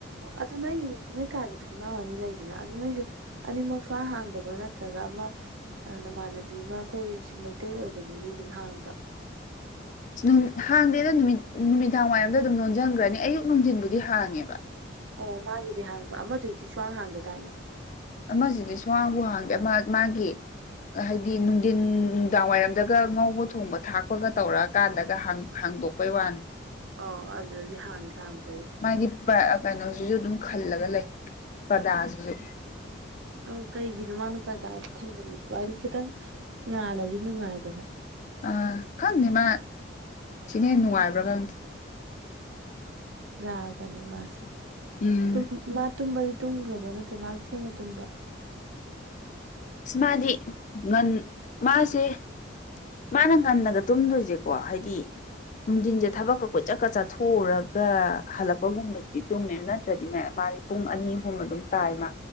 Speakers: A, on the right; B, on the left.
A: ꯑꯗꯨ ꯅꯣꯏꯒꯤ ꯅꯣꯏ ꯀꯥꯖꯨ ꯊꯣꯡꯅꯥꯎ ꯑꯅꯤ ꯂꯩꯗꯅ ꯑꯗꯨ ꯅꯣꯏꯖꯨ ꯑꯅꯤꯃꯛ ꯁꯨꯍꯥ ꯍꯥꯡꯗꯕ꯭ꯔꯣ ꯅꯠꯇ꯭ꯔꯒ ꯑꯃ ꯑ ꯅꯃꯥꯟꯅꯕꯤ ꯑꯃ ꯑꯈꯣꯏ ꯁꯤ ꯃꯩꯇꯩ ꯑꯣꯏꯕꯗꯨꯗꯤ ꯑꯗꯨꯝ ꯍꯥꯡꯕ꯭ꯔꯣ
B: ꯅꯨꯡ ꯍꯥꯡꯗꯦꯗ ꯅꯨꯃꯤꯠ ꯅꯨꯃꯤꯗꯥꯡ ꯋꯥꯏꯔꯝꯗ ꯑꯗꯨꯝ ꯂꯣꯟꯖꯟꯒ꯭ꯔꯅꯤ ꯑꯌꯨꯛ ꯅꯨꯡꯗꯤꯟꯕꯨꯗꯤ ꯍꯥꯡꯉꯦꯕ
A: ꯑꯣ ꯃꯥꯒꯤꯗꯤ ꯍꯥꯡꯕ ꯑꯃꯗꯨꯏꯗꯤ ꯁꯨꯍꯥꯡ ꯍꯥꯡꯗꯗꯥꯏꯅꯦ
B: ꯑꯃꯖꯤꯗꯤ ꯁꯨꯍꯥꯡꯕꯨ ꯍꯥꯡꯗꯦ ꯑꯃ ꯃꯥꯒꯤ ꯍꯥꯏꯗꯤ ꯅꯨꯡꯗꯤꯟ ꯅꯨꯡꯗꯥꯡꯋꯥꯏꯔꯝꯗꯒ ꯉꯧꯕ ꯊꯣꯡꯕ ꯊꯥꯛꯄꯒ ꯇꯧꯔꯛꯑꯀꯥꯟꯗꯒ ꯍꯥꯡ ꯍꯥꯡꯗꯣꯛ ꯄꯩ ꯋꯥꯅꯤ
A: ꯑꯣ ꯑꯗꯨꯗꯗꯤ ꯍꯥꯡꯗꯤ ꯍꯥꯡꯕꯣꯏꯔꯦ
B: ꯃꯥꯗꯤ ꯄꯥ ꯑ ꯀꯩꯅꯣꯁꯤꯁꯨ ꯑꯗꯨꯝ ꯈꯜꯂꯒ ꯂꯩ ꯄ꯭ꯔꯗꯥꯁꯤꯁꯨ
A: ꯑꯪ ꯀꯩꯒꯤꯅꯣ ꯃꯥꯅ ꯄ꯭ꯔꯗꯥꯗꯨ ꯈꯟꯖꯤꯜꯂꯤꯗꯨ ꯍꯥꯏꯗꯤ ꯈꯤꯇꯪ ꯉꯥꯜꯂꯗꯤ ꯅꯨꯡꯉꯥꯏꯗꯅ
B: ꯑ ꯈꯪꯗꯦ ꯃꯥ ꯁꯤꯅ ꯍꯦꯟ ꯅꯨꯡꯉꯥꯏꯕ꯭ꯔꯥ ꯈꯪꯗꯦ
A: ꯔꯥꯒꯅꯦ ꯃꯥꯁꯨ
B: ꯎꯝ
A: ꯇꯨꯝ ꯃꯥ ꯇꯨꯝꯕꯗꯤ ꯇꯨꯝꯒ꯭ꯔꯥꯕꯣ ꯅꯠꯇ꯭ꯔ ꯃꯥꯁꯨ ꯊꯦꯡꯅ ꯇꯨꯝꯕ꯭ꯔꯣ
B: ꯏꯁ ꯃꯥꯗꯤ ꯉꯟ ꯃꯥꯁꯦ ꯃꯥꯅ ꯉꯟꯅꯒ ꯇꯨꯝꯗꯣꯏꯖꯦꯀꯣ ꯍꯥꯏꯗꯤ ꯅꯨꯡꯗꯤꯟꯖꯦ ꯊꯕꯛꯀ ꯀꯣꯏꯆꯠꯀ ꯆꯠꯊꯣꯛꯎꯔꯒ ꯍꯜꯂꯛꯄꯒꯨꯝꯕꯖꯤꯗꯤ ꯇꯨꯝꯃꯦ ꯅꯠꯇ꯭ꯔꯗꯤꯅꯦ ꯃꯥ ꯄꯨꯡ ꯑꯅꯤ ꯑꯍꯨꯝ ꯑꯗꯨꯝ ꯇꯥꯏ ꯃꯥ